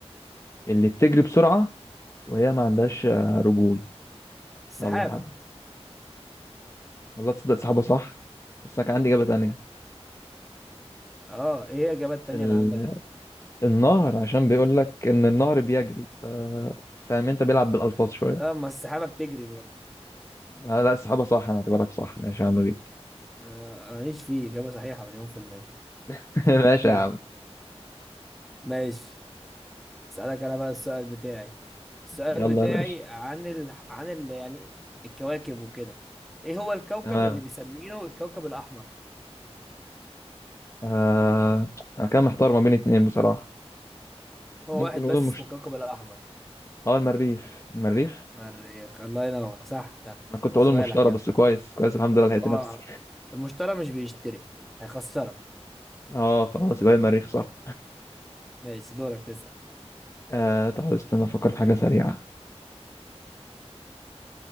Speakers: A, on the left; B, in the centre.
A: اللي بتجري بسرعة وهي ما عندهاش آه، رجول
B: السحابة
A: يلا يا عم والله تصدق صاحبة صح بس أنا كان عندي إجابة تانية
B: اه ايه هي الاجابات التانية
A: ال...
B: اللي عندك
A: النهر عشان بيقول لك إن النهر بيجري ف... فاهم أنت بيلعب بالألفاظ شوية
B: اه ما السحابة بتجري برضه
A: آه لا صاحبة صح أنا اعتبرك صح ماشي يا عم بيك
B: ما- ماليش فيه إجابة صحيحة مليون في المية
A: <laughs> ماشي
B: طيب
A: يا عم
B: ماشي اسألك انا بقى السؤال بتاعي السؤال
A: يلا
B: بتاعي
A: يا باشا
B: عن ال... عن ال... يعني الكواكب وكده ايه هو الكوكب
A: تمام
B: اللي بيسمينه الكوكب الاحمر
A: آه... أنا كان محتار ما بين اتنين بصراحة
B: هو
A: ممكن
B: واحد
A: نقول
B: بس
A: المشت...
B: اسمه الكوكب الاحمر
A: أه المريخ المريخ
B: مريخ الله ينور صح ها.
A: أنا كنت أقول
B: سؤالك
A: المشتري
B: يلا
A: بس كويس كويس الحمد لله لقيت
B: اه
A: نفسي
B: المشتري مش بيشتري هيخسرك
A: أه خلاص يبقى المريخ صح
B: ماشي دورك تسأل
A: آه طب استنى افكر في حاجة سريعة